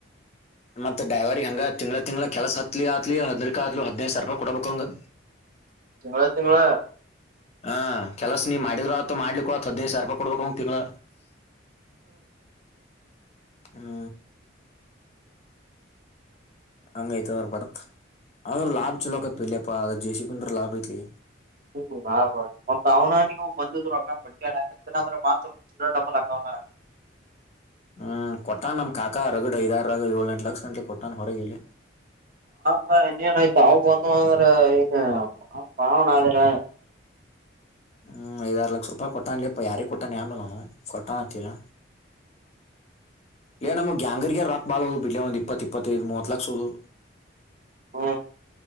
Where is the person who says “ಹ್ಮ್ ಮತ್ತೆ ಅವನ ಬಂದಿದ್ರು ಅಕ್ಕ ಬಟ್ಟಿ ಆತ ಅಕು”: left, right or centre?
Right